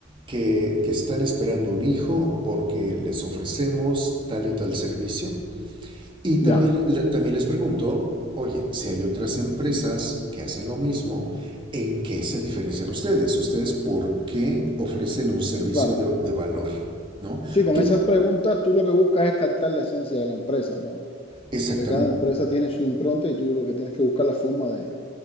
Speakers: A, on the right (about 25°); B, on the left (about 30°).
A: que, que están esperando un hijo porque les ofrecemos tal y tal servicio. Y también,
B: ya,
A: también les pregunto, oye, si hay otras empresas que hacen lo mismo, ¿en qué se diferencian ustedes? ¿Ustedes por qué ofrecen un servicio
B: claro.
A: de, de valor? ¿No?
B: Sí, con
A: Tú,
B: esas preguntas tú lo que buscas es captar la esencia de la empresa, ¿no?
A: exactamente,
B: Porque cada empresa tiene su impronta y tú lo que tienes que buscar la forma de,